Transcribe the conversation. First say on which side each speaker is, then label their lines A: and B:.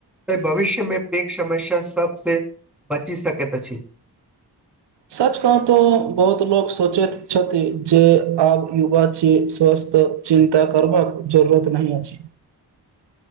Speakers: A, in the centre; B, on the right.
A: तऽ भविष्य मे पैघ समस्या सबसँ बची सकैत अछि
B: सच कहाँ तो बहुत लोको सोचैत छथि जे आब युवा छ स्वस्थ चिन्ता करबाक जरूरत नहि अछि